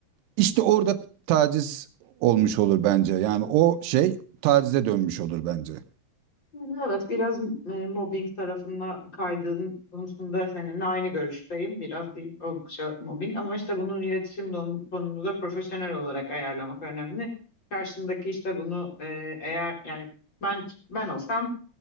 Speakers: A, on the right; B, on the left.
A: İşte orada taciz olmuş olur bence. Yani o şey tacize dönmüş olur bence.
B: Yani evet biraz e, mobbing tarafına kaydığın konusunda seninle aynı görüşteyim. Biraz değil oldukça mobbing ama işte bunun iletişim don- tonunu da profesyonel olarak ayarlamak önemli. Karşındaki işte bunu e, eğer yani ben ben olsam